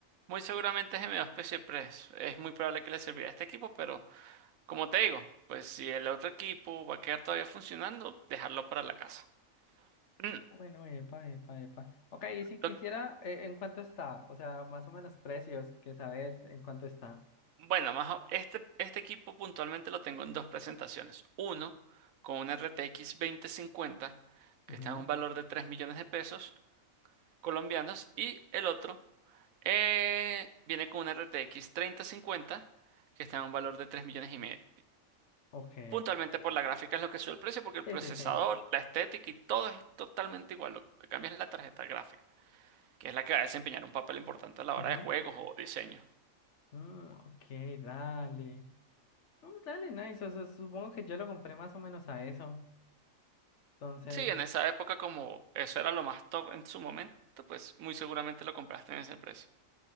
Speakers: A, on the right; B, on the left.
A: Muy seguramente es M2 Press. Es muy probable que le servirá a este equipo, pero como te digo, pues si el otro equipo va a quedar todavía funcionando, dejarlo para la casa. Mm,
B: Bueno, epa, epa, epa. Ok, y si quisiera,
A: lo-
B: eh, ¿en cuánto está? O sea, más o menos precios, que sabes en cuánto está.
A: bueno, más o- este, este equipo puntualmente lo tengo en dos presentaciones. Uno, con una RTX 2050, que
B: Ujú,
A: está en un valor de 3 millones de pesos colombianos, y el otro eh, viene con una RTX 3050, que está en un valor de 3 millones y medio.
B: Ok.
A: puntualmente por la gráfica es lo que sube el precio, porque el
B: Sí,
A: procesador,
B: sí, sí.
A: la estética y todo es totalmente igual. Lo que cambia es la tarjeta gráfica, que es la que va a desempeñar un papel importante a la hora
B: Ujú.
A: de juegos o diseño.
B: Mm, ok, dale. Mm, dale, nice. O sea, supongo que yo lo compré más o menos a eso. Entonces.
A: Sí, en esa época como eso era lo más top en su momento, pues muy seguramente lo compraste en ese precio.